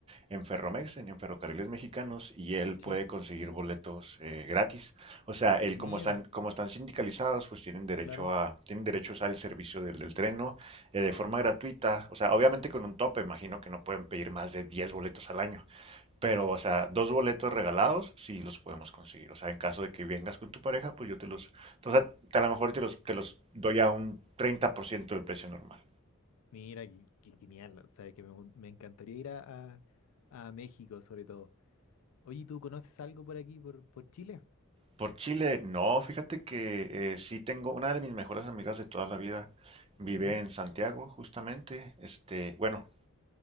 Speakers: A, on the right (about 25°); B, on the left (about 85°).
A: en Ferromex, en, en Ferrocarriles Mexicanos, y él puede
B: Sí.
A: conseguir boletos eh, gratis. O sea, él
B: Mira,
A: como están, como están sindicalizados, pues tienen derecho
B: claro.
A: a, tienen derecho a usar el servicio del, del tren, ¿no? eh, de forma gratuita, o sea, obviamente con un tope, imagino que no pueden pedir más de 10 boletos al año, pero, o sea, dos boletos regalados sí los podemos conseguir, o sea, en caso de que vengas con tu pareja, pues yo te los, o sea, a lo mejor te los, te los doy a un treinta por ciento del precio normal.
B: Mira, qué, qué genial. O sea, que me, gu- me encantaría ir a, a- a México sobre todo. Oye, ¿tú conoces algo por aquí, por, por Chile?
A: Por Chile, no, fíjate que eh, sí tengo una de mis mejores amigas de toda la vida, vive
B: Ujú,
A: en Santiago, justamente, este, bueno,